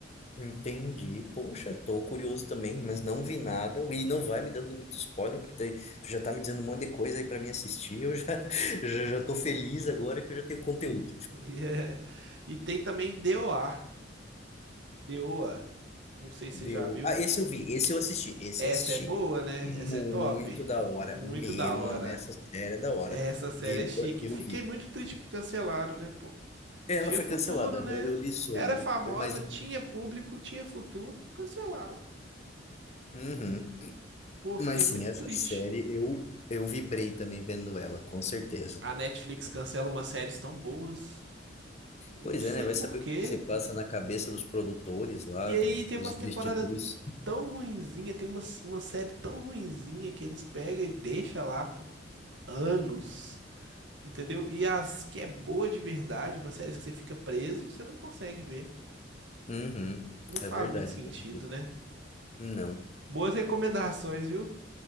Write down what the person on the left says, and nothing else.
Entendi. Poxa, tô curioso também, mas não vi nada. E não vai me dando muito spoiler, porque tu tu já tá me dizendo um monte de coisa aí pra mim assistir. Eu já, <laughs> já, já tô feliz agora que eu já tenho conteúdo.
Deu.
Ah, esse eu vi, esse eu assisti, esse
eu assisti.
Uhum.
Muito
da hora.
Meu,
mano, essa série é da hora.
Deu,
eu
vi.
Ela
foi
cancelada,
né? Eu li sobre.
Mas,
uhum.
Mas
sim, essa
série eu, eu vibrei também vendo ela, com certeza.
Pois
é, né? Vai
saber
o que você passa na cabeça dos produtores lá,
da-
dos
investidores.
Uhum.
É verdade,
meu querido.
Não.